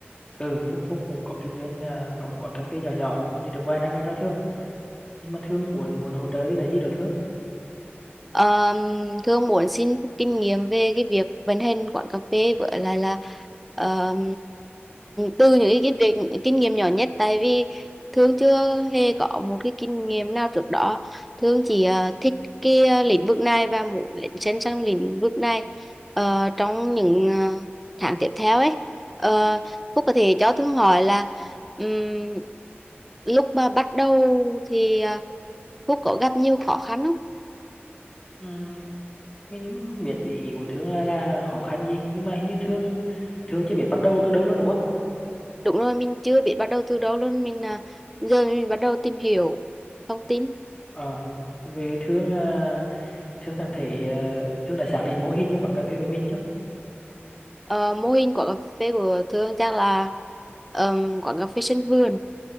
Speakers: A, on the left; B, in the centre.
A: Ừ, Phúc Phúc cũng có kinh doanh à, có một quán cà phê nhỏ nhỏ kinh doanh được vài năm rồi đó Thương. Nhưng mà Thương muốn muốn hỗ trợ với cái gì đó Thương?
B: Ờ, Thương muốn xin kinh nghiệm về cái việc vận hành quán cà phê với lại là ờ, từ những cái kinh, việc- kinh nghiệm nhỏ nhất tại vì Thương chưa hề có một cái kinh nghiệm nào trước đó Thương chỉ ờ, thích cái ờ, lĩnh vực này và muốn lấn sân sang lĩnh vực này ờ, trong những ờ, tháng tiếp theo ấy Ờ, Phúc có thể cho Thương hỏi là ừm, lúc mà bắt đầu thì ờ, Phúc có gặp nhiều khó khăn không?
A: Ừm, mình cũng không biết ý của Thương là, là khó khăn gì, nhưng mà hình như Thương Thương chưa biết bắt đầu từ đâu luôn đúng không?
B: Đúng rồi, mình chưa biết bắt đầu từ đâu luôn. Mình à, giờ mình bắt đầu tìm hiểu thông tin.
A: Ờ, vì Thương à, Thương cảm thấy à, Thương đã xác định mô hình cho quán cà phê của mình chứ.
B: Ờ, mô hình của cà phê của Thương chắc là um, quán cà phê sân vườn